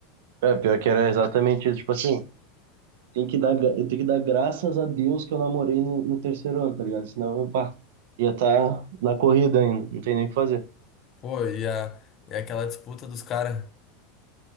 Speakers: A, on the right; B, on the left.
A: É, pior que era exatamente isso. Tipo assim, tem que dar, gra- eu tenho que dar graças a Deus que eu namorei no, no terceiro ano, tá ligado? Senão eu, pá, ia estar na corrida ainda, não tem nem o que fazer.
B: Pô, e, a, e aquela disputa dos caras.